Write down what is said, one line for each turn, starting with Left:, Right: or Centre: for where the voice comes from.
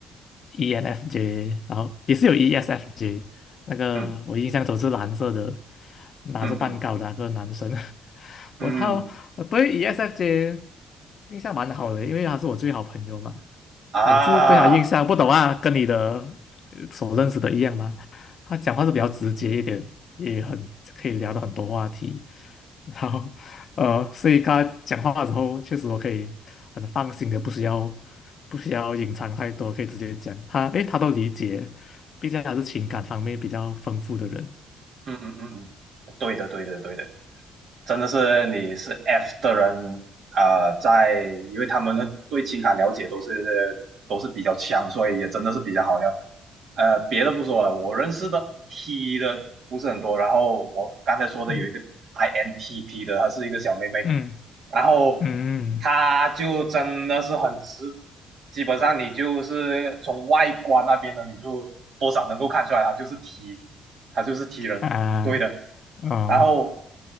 Left: ENFJ，然后也是有 ESFJ。那个我印象中是蓝色的，
Right: 嗯。
Left: 拿着蛋糕的那个男生。
Right: 嗯嗯
Left: <laughs>
Right: 嗯嗯
Left: 我操，我对 ESFJ 印象蛮好的，因为他是我最好朋友嘛。
Right: 啊，
Left: 我是对他印象不懂啊，跟你的呃所认识的一样嘛。他讲话是比较直接一点，也很可以聊到很多话题。然后，呃，所以跟他讲话的时候，确实我可以很放心的，不需要不需要隐藏太多，可以直接讲。他诶，他都理解，毕竟他是情感方面比较丰富的人。
Right: 嗯嗯嗯嗯，对的对的对的，真的是你是 F 的人啊、呃在因为他们的对情感了解都是都是比较强，所以也真的是比较好聊。呃，别的不说了，我认识的 T 的不是很多，然后我刚才说的有一个
Left: 嗯
Right: INTP 的，她是一个小妹妹，
Left: 嗯
Right: 然后她就真的是很直，
Left: 嗯
Right: 基本上你就是从外观那边呢，你就多少能够看出来她就是 T，她就是 T 人。
Left: 嗯啊
Right: 对的。
Left: 哦
Right: 然后